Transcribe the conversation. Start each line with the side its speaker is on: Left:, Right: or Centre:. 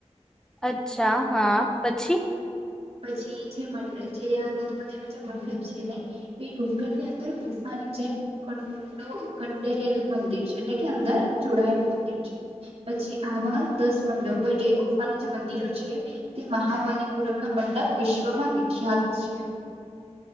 Centre: અચ્છા હા પછી.
Right: પછી જે મંડ આ રથ મંદિર ન જે મંડપ છે ને એ ડુંગરની અંદર ગુફાની જેમ કડો કંડેરેલું મંદિર છે એટલે કે અંદર જોડાયેલું મંદિર છે પછી આવા દસ મંડપો એલે ગુફાનું જે મંદિરો છે. તે મહાબલિપુરમનો મંડપ વિશ્વમાં વિખ્યાત છે.